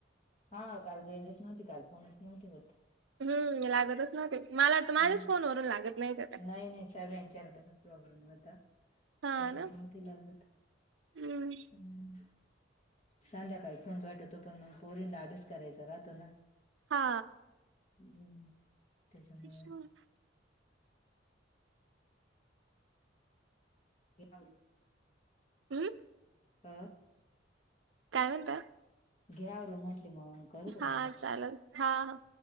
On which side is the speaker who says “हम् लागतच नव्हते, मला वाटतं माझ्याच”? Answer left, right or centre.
Right